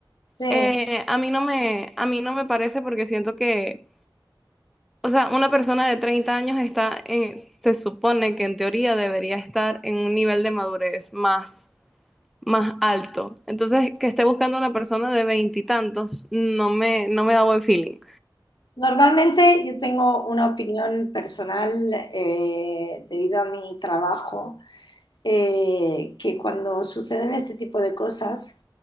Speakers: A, on the left; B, in the centre.
A: Sí.
B: Eh, a mí no me, a mí no me parece porque siento que, o sea, una persona de 30 años está, en- se supone que en teoría debería estar en un nivel de madurez más más alto. Entonces, que esté buscando una persona de veintitantos, no me, no me da buen feeling.
A: Normalmente yo tengo una opinión personal eh, debido a mi trabajo eh, que cuando suceden este tipo de cosas,